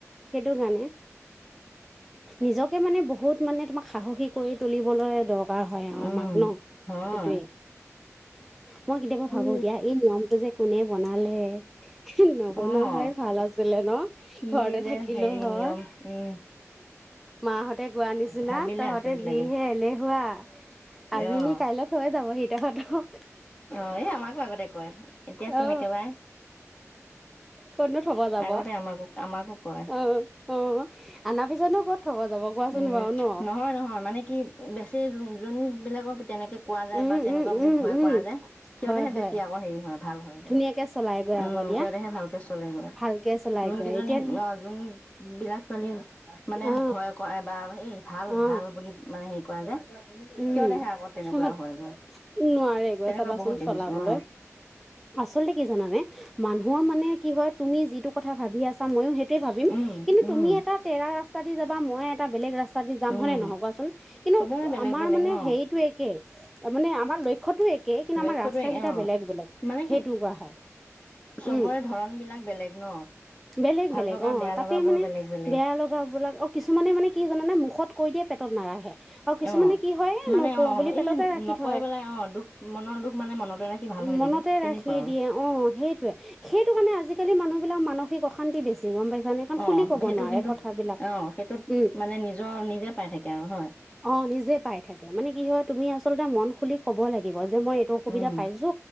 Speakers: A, in the centre; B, on the left.
A: সেইটো কাৰণে, নিজকে মানে বহুত মানে তোমাক সাহসী কৰি তুলিবলৈ দৰকাৰ হয় আও
B: উম।
A: আমাক ন
B: হয়,
A: সেইটোৱে মই কেতিয়াবা
B: কি
A: ভাবো দিয়া এই নিয়মটো যে কোনে বনালে নবনোৱা
B: অ',
A: হয় ভাল আছিলে ন
B: কি
A: ঘৰতে
B: যে
A: থাকিলো
B: হেৰি
A: হয়
B: নিয়ম, উম,
A: মাহত হতে কোৱা নিচিনা
B: ভাবিলে
A: তহঁতে
B: আচৰিত
A: যিহে
B: লাগে।
A: এলেহুৱা আজি
B: অ',
A: নি কাইলে থৈ যাব হি তঁহতক
B: অ এই আমাকো আগতে কয় এতিয়া চোন
A: অ
B: একেবাৰে
A: কতনো থব যাব
B: আগতে আমাকো, আমাকো কয়।
A: অ অ অনাৰ পিছতনো ক'ত থব যাব কোৱাচোন
B: উম
A: বাৰু ন
B: নহয় নহয় মানে কি বেছি যোনবিলাকক তেনেকে কোৱা যায়
A: উম
B: বা তেনেকুৱা
A: উম
B: বুলি
A: উম
B: ভয়
A: উম
B: কৰা যায় সিহঁতেহে
A: হয় হয়
B: বেছি আকৌ হেৰি হয় ভাল হয় এইবো
A: ধুনীয়াকে চলাই গৈ আকৌ
B: উম
A: দিয়া
B: সিহঁতেহে ভালকে চলে গৈ
A: ভালকে চলাই
B: যোন
A: গৈ
B: কেইজনী
A: এতিয়া
B: অ যোন বিলাক ছোৱালী মানে
A: অ
B: ভয় বা এই ভাল
A: অ
B: ভাল বুলি মানে হেৰি কৰা যায়
A: উম
B: সিহঁতেহে আকৌ তেনেকুৱা
A: সিহঁত
B: হয়গৈ
A: নোৱাৰে গৈ
B: তেনেকুৱা
A: চাবাচোন
B: বহুত দেখিছো
A: চলাবলৈ
B: অ
A: আচলতে কি জানানে মানুহৰ মানে কি হয় তুমি যিটো কথা ভাবি আছ ছা ময়ো সেইটোৱে ভাবিম
B: উম
A: কিন্তু
B: উম
A: তুমি এটা তেৰা ৰাস্তা দি যাবা মই এটা বেলেগ ৰাস্তা দি যাম
B: উম
A: হয়নে নহয় কোৱাচোন কিন্তু
B: চবৰে বেলেগ
A: আমাৰ
B: বেলেগ
A: মানে
B: ন
A: হেৰিতটো একেই মানে আমাৰ লক্ষ্যটো এক কেই কিন্তু
B: লক্ষ্যতো
A: আমাৰ ৰাস্তা কেইটা
B: অ
A: বেলেগ বেলেগ
B: মানে কি
A: সেইটো কোৱা হয়
B: চবৰে
A: উম
B: ধৰন বিলাক বেলেগ ন
A: বেলেগ
B: ভাল
A: বেলেগ
B: লগা
A: অ
B: বেয়া
A: তাতে
B: লগাবোৰ
A: মানে
B: বেলেগ বেলেগ
A: বেয়া লগাবিলাক অ কিছুমানে মানে কি জানানে মুখত কৈ দিয়ে পেটত নাৰাখে আৰু কিছুমানে
B: অ
A: কি হয়
B: মানে
A: নকও
B: অ
A: বুলি পেটতে
B: এই
A: ৰাখি
B: নকয়
A: থয়
B: পেলাই অ দুখ মনৰ দুখ মানে মনতে ৰাখি ভাল হৈ
A: মনতে
B: থাকে তেনেকুৱা
A: ৰাখি
B: আৰু
A: দিয়ে অ সেইটোয়ে সেইটো কাৰণে আজিকালি মানুহ বিলাক মানসিক অশান্তি বেছ ছি গম পাইছানে কাৰণ
B: অ
A: খুলি ক'ব
B: সেইটো
A: নোৱাৰে
B: কিন্তু
A: কথাবিলাক
B: অ সেইটোত
A: উম
B: মানে নিজৰ নিজে পাই থাকে আৰু হয়
A: অ নিজে পাই থাকে মানে কি হয় তুমি আচলতে মন খুলি কব লাগিব যে মই এইটো অসুবিধা
B: উম
A: পাইছো